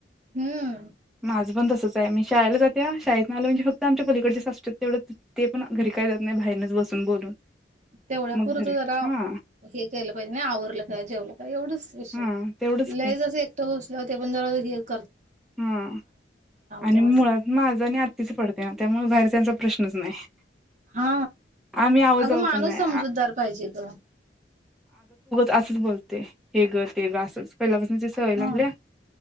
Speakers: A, on the right (about 45°); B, in the centre.
A: हम्म
B: माझं पण तसंच आहे मी शाळेला जाते शाळेतन आलं की फक्त आमच्या पलीकडचे सासू तेवढ ते पण घरी काही जात नाही बाहेरच बसून बोलून
A: तेवढ्या
B: मग
A: पुरतं
B: घरी
A: जरा
B: हा
A: हे केलं पाहिजे नाही आवरलं काय जेवलं एवढच विषय
B: हा तेवढंच
A: लय
B: की
A: जंस एकटं बसल होते पण जवळजवळ फ्री आहे.
B: हा आणि
A: त्याव
B: मुळात
A: असं
B: माझ आणि अतीच पडते ना त्यामुळे बाहेर त्यांचा प्रश्नच नाही.
A: हा
B: आम्ही आवजाव
A: अगं माणूस
B: पण नाही
A: समजूतदार पाहिजे ग
B: असच बोलते हे ग ते ग असच पहिल्यापास म्हणजे सवय लागल्या.
A: हा